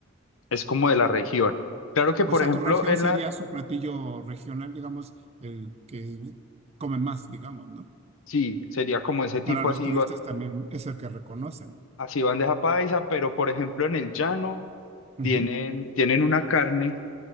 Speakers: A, on the left; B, on the right.
A: es como de la región. Claro que, por
B: O sea,
A: ejemplo,
B: tu región
A: en
B: sería
A: la,
B: su platillo regional, digamos, el que comen más, digamos, ¿no?
A: sí, sería como ese tipo
B: Para los
A: así,
B: turistas
A: ba-
B: también es el que reconocen.
A: así bandeja paisa, pero por ejemplo en el llano
B: Ujú.
A: tienen, tienen una carne